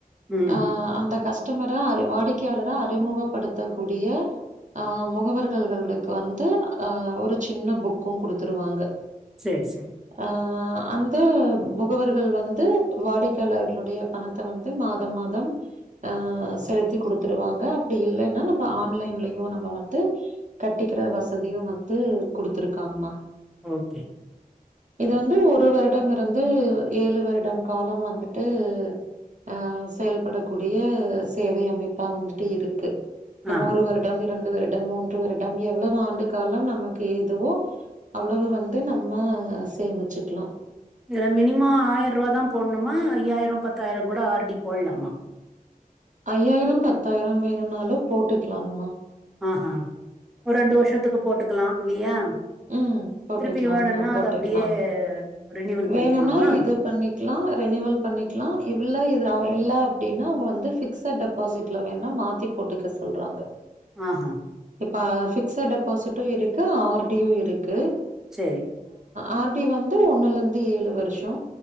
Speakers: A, in the centre; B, on the right.
A: ம்
B: அ அந்தக் கஸ்டமர அர வாடிக்கையாளரா அறிமுகப்படுத்தக்கூடிய அ முகவர்கள்களுக்கு வந்து அ ஒரு சின்ன புக்குங் குடுத்துருவாங்க
A: சேர் சே
B: அ ஆ அ அந்த முகவர்கள் வந்து வாடிக்கையாளர்களுடைய பணத்த வந்து மாதம் மாதம் அ செலுத்திக் குடுத்துருவாங்க அப்டி இல்லைனா நம்ம ஆன்லைன்லியு நம்ம வந்து கட்டிக்கிற வசதியு வந்து குடுத்துருக்காங்மா
A: ஓகே
B: இது வந்து ஒரு வருடம் இருந்து ஏழு வருடம் காலம் வந்துட்டு ஆஹ் செயல்படக்கூடிய சேவை அமைப்பா வந்துட்டு இருக்கு நம்ம
A: ஆ
B: ஒரு வருடம் இரண்டு வருடம் மூன்று வருடம் எவ்வளவு ஆண்டு காலம் நமக்கு ஏதுவோ அவ்வளவு வந்து நம்ம சேமிச்சுக்கலா
A: இதுல மினிமம் ஆயிரூவா தா போடணுமா இல்ல ஐயாயிரம் பத்தாயிரம் கூட ஆர்டி போட்லாமா
B: ஐயாயிரம் பத்தாயிரம் வேணுனாலு போட்டுக்கலாங்மா
A: ஆ ஹா ஒரு ரெண்டு வருஷத்துக்கு போட்டுக்கலா இல்லையா
B: ம் போட்டுக்கலாங்மா
A: திருப்பி வேணும்னா
B: போட்டுக்கலா
A: அது அப்டியே ரினிவல்
B: வேணும்னா
A: பண்ணிக்கலாமா
B: இது பண்ணி லா ரெனிவல் பண்ணிக்கலா இவ்ள இது இல்ல அப்டின்னா அவங்க வந்து ஃபிக்ஸ் அண்ட் டப் டப்பாசிட்ல வேணா மாத்தி போட்டுக்க சொல்றாங்க
A: ஆஹா
B: இப்ப ஃபிக்செட் டெபாசிட்டு இருக்கு ஆர்டியு இருக்கு
A: சேரி
B: ஆர்டி வந்து ஒன்னுலருந்து ஏழு வருஷோ